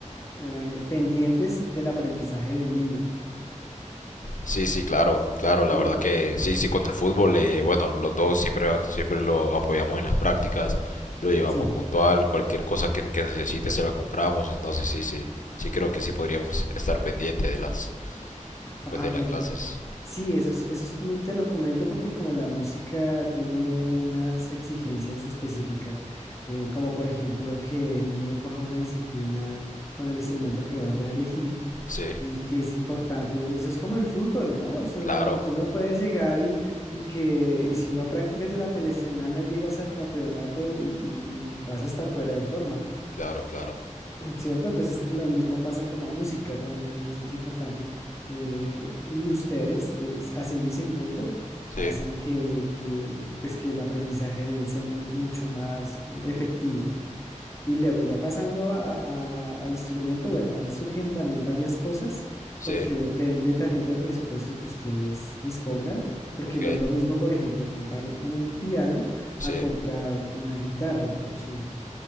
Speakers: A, on the left; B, on the left.
A: eh, pendientes del aprendizaje del niño.
B: Sí, sí, claro, claro, la
A: ¿Sí?
B: verdad que sí, sí, con el fútbol, eh, bueno, los dos siempre, siempre lo apoyamos en las prácticas, lo llevamos
A: Sí.
B: puntual, cualquier cosa que, que necesite se la compramos, entonces sí, sí, sí creo que sí podríamos estar pendiente de las,
A: Ah,
B: pues de
A: bueno.
B: las clases.
A: Sí, eso es, eso es muy, te lo comento porque como la música tiene unas exigencias específicas, eh, como por ejemplo que el niño coja una disciplina con el instrumento que vaya a elegir
B: Sí,
A: y que es importante, eso es como el fútbol, ¿no? Eso
B: claro,
A: no, tú no puedes llegar y, y que, y si no practicas durante la semana y llegas al campeonato y, y y vas a estar fuera de forma.
B: claro, claro,
A: Mm, ¿cierto? Entonces, lo mismo pasa con la música, también es, es importante. eh, y ustedes, eh, haciendo un seguimiento,
B: sí,
A: hacen que, que, pues, que el aprendizaje de él sea mu- mucho más efectivo. Y luego, ya pasando a- a- al instrumento, bueno, ahí surgen también varias cosas,
B: sí,
A: porque depende también del presupuesto que ustedes dispongan. Porque
B: ok,
A: no es lo mismo, por ejemplo, comprar un piano
B: sí,
A: a comprar una guitarra, por ejemplo.